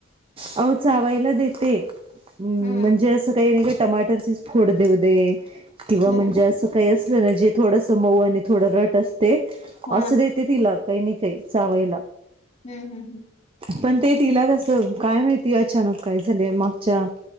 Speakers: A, on the right; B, on the left.
A: अहो चावायला देते म्हणजे
B: हम्म
A: असं काही नाही का टमाटरचीच फोड देऊ दे किंवा
B: हम्म
A: म्हणजे असं काही असलं ना जे थोडंस मऊ आणि थोडं रट असते
B: हा
A: असं देते तिला काही नाही काही चावायला.
B: हम्म -हम्म -हम्म.
A: पण ते तिला तसं काय माहित. ती अचानक काय झालेय, मागच्या